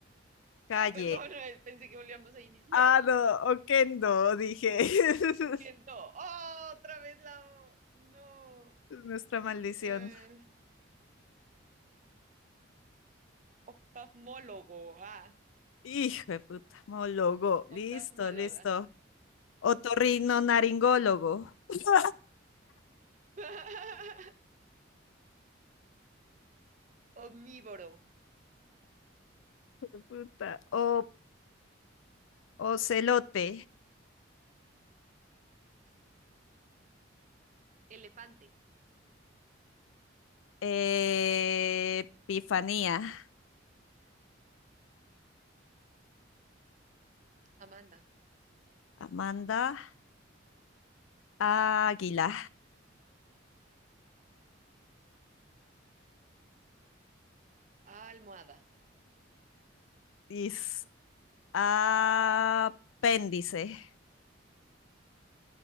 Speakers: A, on the left (about 85°); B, on the right (about 40°).
A: Calle.
B: Ah, perdón, <laughs> pensé que volvíamos a iniciar.
A: Ah, no, Oquendo, dije. <laughs>
B: Ok, no. ¡Oh! Otra vez la O. No.
A: Es Nuestra maldición.
B: Eh, oftalmólogo. Ah,
A: Hijo de puta, mólogo. Listo,
B: oftalmóloga.
A: listo. Otorrinolaringólogo. <laughs> Hijo
B: <laughs> Omnívoro.
A: de puta. O, ocelote.
B: Elefante.
A: Eh, Epifanía.
B: Amanda.
A: Amanda. Águila.
B: Almohada.
A: Is, apéndice.